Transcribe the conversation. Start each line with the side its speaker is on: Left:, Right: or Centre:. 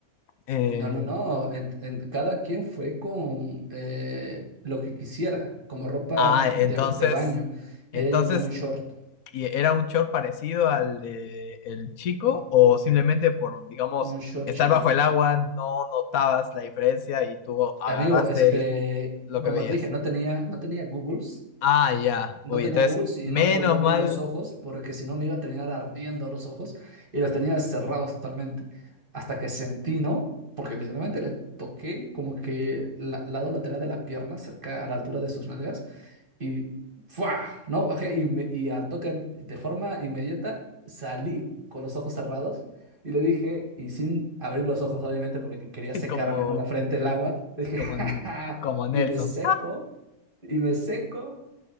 Left: eh,
Right: No, no, no, en- en- cada quien fue con eh, lo que quisiera, como ropa
Left: ah, entonces,
Right: de, de baño. Ella
Left: entonces
Right: llevó un short,
Left: ¿y era un short parecido al de el chico
Right: mm,
Left: o simplemente por, digamos,
Right: un short
Left: estar
Right: chiquito.
Left: bajo el agua no notabas la diferencia y tú agarraste
Right: Amigo, es que,
Left: el- lo
Right: como
Left: que veías.
Right: te dije, no tenía, no tenía Googles,
Left: Ah, ya.
Right: no
Left: Uy,
Right: tenía
Left: entonces
Right: Googles y
Left: menos
Right: no podía abrir
Left: mal
Right: los ojos porque si no me iba a terminar ardiendo los ojos y los tenía cerrados totalmente. Hasta que sentí, ¿no? Porque literalmente le toqué como que el lado lateral de la pierna, cerca a la altura de sus nalgas, y ¡fua! No, bajé y, me- y al toque, de forma inmediata, salí con los ojos cerrados y le dije, y sin abrir los ojos, obviamente, porque que- quería
Left: <laughs>
Right: secarme,
Left: como
Right: ¿no? La frente, el agua. Le dije,
Left: como
Right: <laughs> "Ja, ja".
Left: como Nelson.
Right: Y me seco, y me seco,